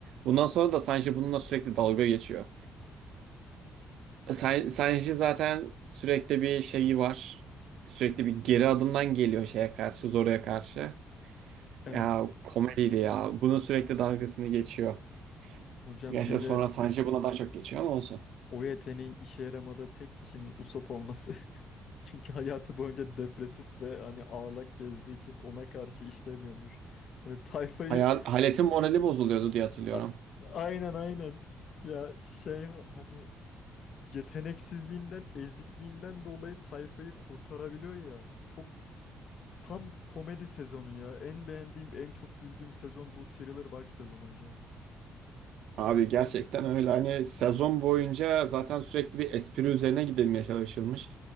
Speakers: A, on the right (about 80°); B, on the left (about 60°).
A: Bundan sonra da Sanji bununla sürekli dalga geçiyor. E, San- Sanji zaten sürekli bir şeyi var. Sürekli bir geri adımdan geliyor şeye karşı, Zora'ya karşı.
B: Evet.
A: Ya komediydi ya. Bunun sürekli dalgasını geçiyor.
B: Hocam
A: Gerçi
B: bir
A: sonra
B: de
A: Sanji buna daha çok geçiyor ama olsun.
B: O yeteneğin işe yaramadığı tek kişinin Usopp olması. <laughs> Çünkü hayatı boyunca depresif ve hani ağlak gezdiği için ona karşı işlemiyormuş. Hani tayfayı
A: Hayal, Halet'in morali bozuluyordu diye hatırlıyorum.
B: A- aynen aynen. Ya şey ha- hani yeteneksizliğinden, ezikliğinden dolayı tayfayı kurtarabiliyor ya. Çok tam komedi sezonu ya. En beğendiğim, en çok güldüğüm sezon bu Thriller Bark sezonu hocam.
A: Abi gerçekten öyle hani sezon boyunca zaten sürekli bir espri üzerine gidilmeye çalışılmış.